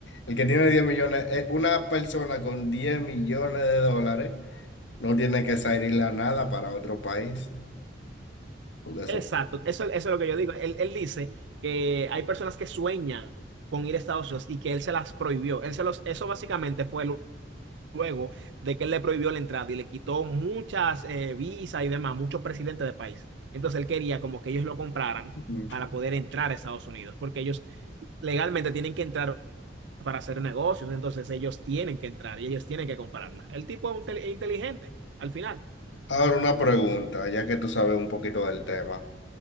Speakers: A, on the left; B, on the right.
A: El que tiene 10 millones, eh, una persona con 10 millones de dólares no tiene que salir a nada para otro país. porque eso-
B: Exacto, eso, eso es lo que yo digo. Él, él dice que hay personas que sueñan con ir a Estados Unidos y que él se las prohibió. Él se los, eso básicamente fue lu- luego de que él le prohibió la entrada y le quitó muchas eh, visas y demás, muchos presidentes de país. Entonces él quería como que ellos lo compraran
A: Mm.
B: para poder entrar a Estados Unidos, porque ellos legalmente tienen que entrar para hacer negocios, entonces ellos tienen que entrar y ellos tienen que comprarla. El tipo es un tel- inteligente, al final.
A: Ahora una pregunta, ya que tú sabes un poquito del tema.